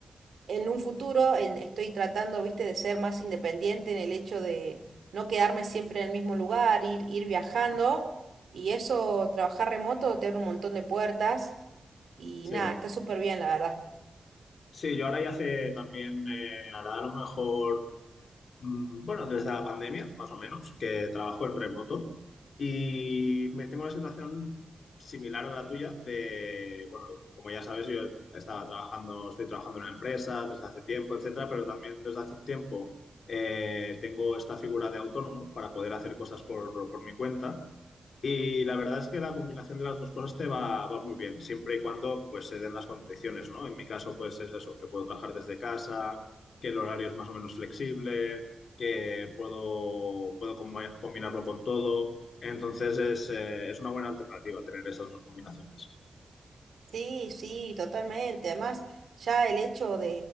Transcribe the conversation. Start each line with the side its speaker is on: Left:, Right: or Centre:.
Right: en un futuro en- estoy tratando, viste, de ser más independiente en el hecho de no quedarme siempre en el mismo lugar, ir, ir viajando
Left: ¿No?
Right: y eso, trabajar remoto te abre un montón de puertas y
Left: Sí,
Right: nada, está súper bien, la verdad.
Left: sí, yo ahora ya hace también, eh, hará a lo mejor. Mm, Bueno, desde la pandemia, más o menos, que trabajo en remoto y me tengo una situación similar a la tuya de, bueno, como ya sabes, yo estaba trabajando, estoy trabajando en una empresa desde hace tiempo, etcétera, pero también desde hace un tiempo eh, tengo esta figura de autónomo para poder hacer cosas por, por mi cuenta y la verdad es que la combinación de las dos cosas te va, va muy bien, siempre y cuando pues se den las condiciones, ¿no? En mi caso, pues es eso, que puedo trabajar desde casa, que el horario es más o menos flexible, que puedo, puedo combi- combinarlo con todo. Entonces es, eh, es una buena alternativa tener esas dos combinaciones.
Right: Sí, sí, totalmente. Además, ya el hecho de,